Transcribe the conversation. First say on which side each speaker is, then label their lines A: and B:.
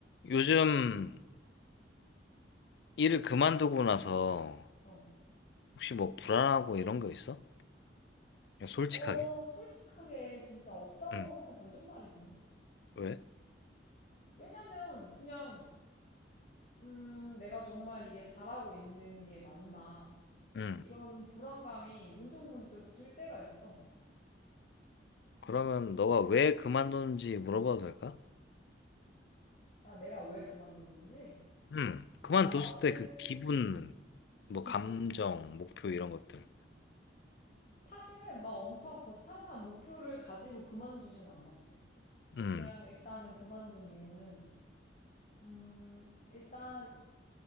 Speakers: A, on the left; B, on the left.
A: 요즘 일을 그만두고 나서
B: 어.
A: 혹시 뭐 불안하고 이런 거 있어? 그냥 솔직하게?
B: 어, 솔직하게 진짜 없다고
A: 응.
B: 하면 거짓말이지.
A: 왜?
B: 왜냐면 그냥 음, 내가 정말 이게 잘하고 있는 게 맞나?
A: 응.
B: 이런 불안감이 문득문득 들 때가 있어.
A: 그러면 너가 왜 그만뒀는지 물어봐도 될까?
B: 아, 내가 왜 그만뒀는지?
A: 응. 그만뒀을
B: 그냥 나는
A: 때 그 기분, 뭐
B: 기분?
A: 감정, 목표 이런 것들.
B: 사실은 막 엄청 거창한 목표를 가지고 그만두진 않았어.
A: 응.
B: 그냥 일단은 그만둔 이유는 음, 일단